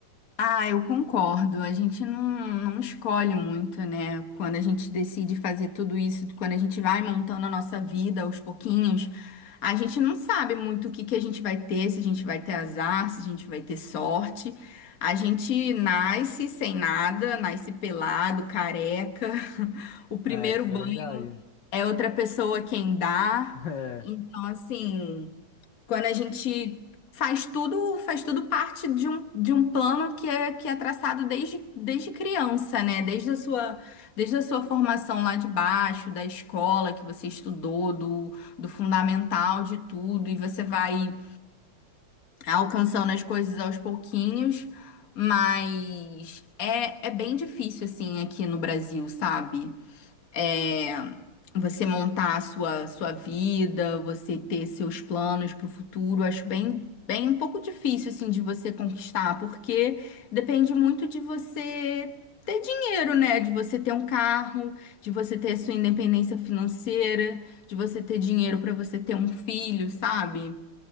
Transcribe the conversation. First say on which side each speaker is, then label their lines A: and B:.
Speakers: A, on the left; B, on the left.
A: Ah, eu concordo. A gente não, não escolhe muito, né? Quando a gente decide fazer tudo isso, quando a gente vai montando a nossa vida aos pouquinhos, a gente não sabe muito o que que a gente vai ter, se a gente vai ter azar, se a gente vai ter sorte. A gente nasce sem nada, nasce pelado, careca. <laughs> O primeiro
B: É, isso
A: banho
B: é verdade.
A: é outra pessoa quem dá.
B: <laughs>
A: Então, assim. Quando a gente faz tudo, faz tudo parte de um, de um plano que é, que é traçado desde, desde criança, né? Desde a sua, desde a sua formação lá de baixo, da escola que você estudou, do, do fundamental de tudo, e você vai alcançando as coisas aos pouquinhos, mas é, é bem difícil assim aqui no Brasil, sabe? é, você montar a sua, sua vida, você ter seus planos para o futuro, acho bem, bem um pouco difícil assim de você conquistar, porque depende muito de você ter dinheiro, né? De você ter um carro, de você ter sua independência financeira, de você ter dinheiro para você ter um filho, sabe?